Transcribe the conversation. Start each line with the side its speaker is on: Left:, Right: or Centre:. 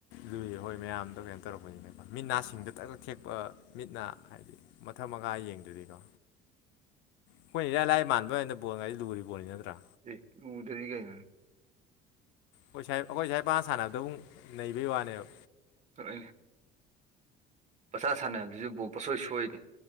Left: ꯂꯨꯏ ꯍꯣꯏ ꯃꯌꯥꯝꯗꯣ ꯀꯩꯅꯣ ꯇꯧꯔꯛꯄꯅꯤꯅꯦ ꯃꯤꯠ ꯅꯥ ꯁꯤꯡꯗ ꯇꯛꯇ ꯊꯦꯛꯄ ꯃꯤꯠ ꯅꯥ ꯍꯥꯏꯗꯤ ꯃꯊꯛ ꯃꯉꯥ ꯌꯦꯡꯗꯨꯏꯅꯤꯗꯣ ꯑꯩꯈꯣꯏ ꯏꯥꯔꯏ ꯂꯥꯏ ꯃꯥꯟꯕ ꯍꯥꯏꯅ ꯕꯣꯜꯥꯏꯁꯤ ꯂꯨꯔꯤꯕꯣꯅꯤ ꯅꯠꯇ꯭ꯔꯥ
Right: ꯑꯦ ꯂꯨꯗꯗꯤꯀꯩꯅꯣ
Left: ꯑꯩꯈꯣꯏꯁꯥꯏ ꯑꯩꯈꯣꯏ ꯁꯥꯏ ꯄꯥ ꯁꯥꯟꯅꯕꯗꯨ ꯅꯩꯕꯩ ꯋꯥꯅꯦꯕ
Right: <unintelligible> ꯄꯆꯥ ꯁꯥꯟꯅꯅꯕꯁꯤꯕꯨ ꯄꯣꯁꯣꯏ ꯁꯣꯏꯅꯤ